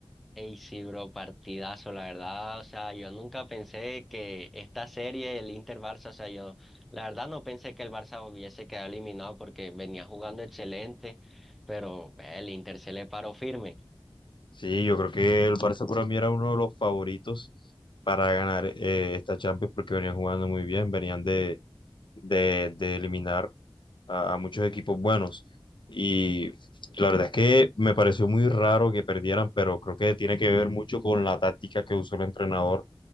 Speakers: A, in the centre; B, on the left.
A: ey, sí, bro, partidazo, la verdad. O sea, yo nunca pensé que esta serie, el Inter-Barça, o sea, yo la verdad no pensé que el Barça hubiese quedado eliminado porque venía jugando excelente, pero eh, el Inter se le paró firme.
B: Sí, yo creo que el Barça para mí era uno de los favoritos para ganar eh, esta Champions porque venían jugando muy bien, venían de, de, de eliminar a, a muchos equipos buenos. Y la verdad es que me pareció muy raro que perdieran, pero creo que tiene que ver mucho con la táctica que usó el entrenador